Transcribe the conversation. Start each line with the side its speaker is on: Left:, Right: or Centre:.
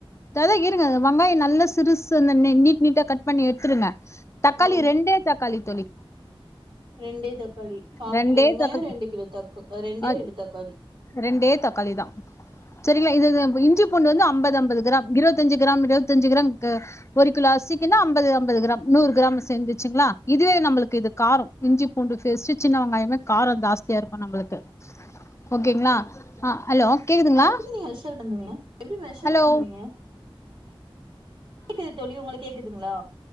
Left: தா இரு இருங்கது வெங்காயம் நல்ல சிருசு அந்த நீட் நீட்டா கட் பண்ணி எ இருங்க தக்காளி
Right: ஆ
Left: ரெண்டே தக்க தக்காளி தோழி
Right: ரெண்டே தக்காளி கால்
Left: ரெண்டே
Right: கிலோ வெங்காயம்
Left: தக்காளி
Right: ரெண்டு கிலோ தக்க ரெண்டே
Left: அ
Right: ரெண்டு தக்காளி
Left: ரெண்டே தக்காளி தா சரிங்களா இது இஞ்சி பூண்டு வந்து ஐம்பது ஐம்பது கிராம் இருவத்தஞ்சு கிராம் இருவத்தஞ்சு கிராம் ஒரு கிலோ அரிசிக்குன்னா ஐம்பது நூறு கிராம் சேந்துச்சுங்களா இதுவே நம்மளுக்கு இது காரம் இஞ்சி பூண்டு பேஸ்ட்டு சின்ன வெங்காயமே காரம் ஜாஸ்தியா இருக்கும் நம்மளுக்கு ஓகேங்களா ஹலோ கேக்குதுங்களா
Right: அது எப்டி நீங்க மெஷர் பண்ணுவீங்க எப்டி மெஷர்
Left: ஹலோ
Right: பண்ணுவீங்க கேக்குது தோழி உங்களுக்கு கேக் ங்களா